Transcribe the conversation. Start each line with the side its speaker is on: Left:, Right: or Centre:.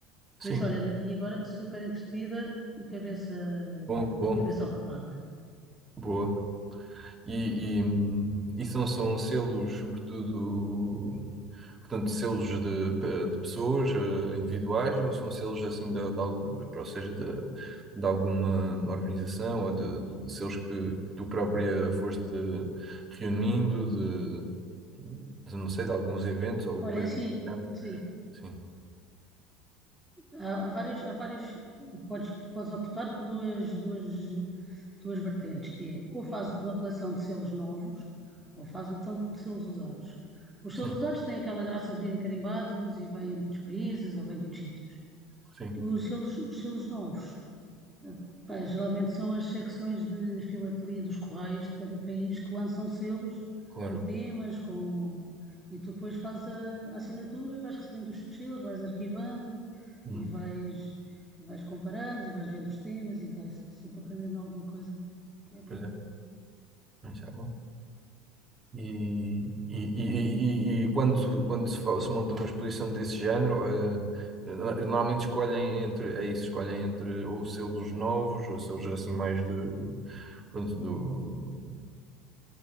Right: sim.
Centre: Por isso, olha, ando aqui agora super entretida e cabeça,
Right: Bom, bom,
Centre: cabeça ocupada.
Right: boa. E, e, e são, são selos, sobretudo, portanto, selos de, pe- de pessoas eh, individuais ou são selos assim, de, de, algo- de- ou seja, de, de alguma organização ou de, de selos que, que tu própria foste reunindo de, de, não sei, de alguns eventos ou
Centre: Olha,
Right: coisa
Centre: é assim,
Right: assim, do género?
Centre: sim.
Right: Sim,
Centre: há, há vários, há vários, podes, podes optar por duas, duas, duas vertentes, que é ou fazes uma coleção de selos novos, ou fazes uma coleção de selos usados. Os
Right: sim,
Centre: selos usados têm aquela graça de virem carimbados e vêm de outros países ou vêm de outros sítios.
Right: sim,
Centre: Os selos, os selos novos, eh, pá, geralmente são as secções de filatelia dos correios de cada país que lançam selos
Right: claro.
Centre: com temas, com... e tu depois fazes a, a assinatura e vais recebendo os selos, vais arquivando
Right: Hum,
Centre: e vais, vais comparando e vais vendo os temas e vais sempre aprendendo alguma coisa. É bom,
Right: pois é, mas é bom. E, e, e, e, e quando, quando se, fa- se monta uma exposição desse género, eh, no- normalmente escolhem entre, é isso, escolhem entre ou selos novos, ou selos assim mais de, de- pronto, do,